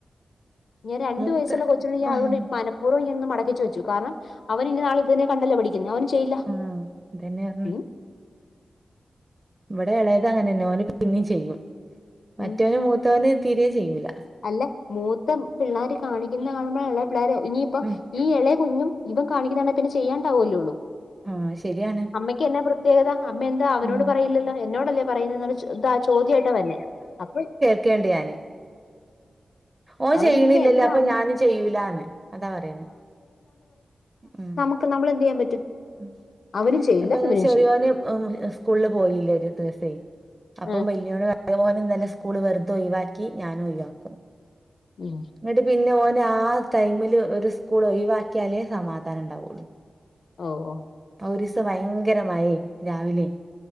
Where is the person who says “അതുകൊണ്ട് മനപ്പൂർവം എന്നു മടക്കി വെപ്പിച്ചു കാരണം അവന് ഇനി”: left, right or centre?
Left